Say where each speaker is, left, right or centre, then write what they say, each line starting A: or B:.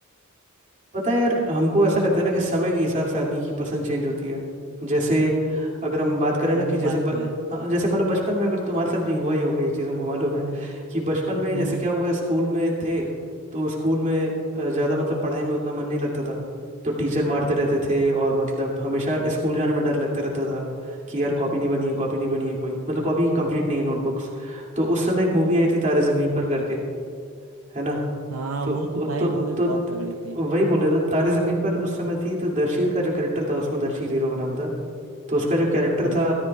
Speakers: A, on the right; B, on the right.
A: पता है यार हमको ऐसा लगता है ना कि समय के हिसाब से आदमी की पसंद चेंज होती है जैसे अगर हम बात करें ना
B: वो
A: कि जैसे
B: बात
A: ब,
B: तो है
A: हाँ जैसे मतलब बचपन में अगर तुम्हारे साथ भी हुआ ही होगा ये चीज़ हमको मालूम है कि बचपन में
B: हम्म
A: जैसे क्या हुआ है स्कूल में थे तो स्कूल में अ, ज़्यादा मतलब पढ़ाई में उतना मन नहीं लगता था तो टीचर मारते रहते थे और मतलब हमेशा स्कूल जाने में डर लगता रहता था कि यार कॉपी नहीं बनी है कॉपी नहीं बनी है कोई मतलब कॉपी कंप्लीट नहीं है नोटबुक्स तो उस समय एक मूवी आई थी तारे ज़मीन पर करके है ना
B: हाँ
A: तो
B: वो तो
A: वो तो
B: भाई मूवी
A: तो,
B: बहुत
A: तो,
B: तगड़ी
A: तो
B: थी
A: वही बोले तो तारे जमीन पर उस समय थी तो दर्शील का जो कैरेक्टर था उसमें दर्शील हीरो का नाम था तो उसका जो कैरेक्टर
B: हम्म।
A: था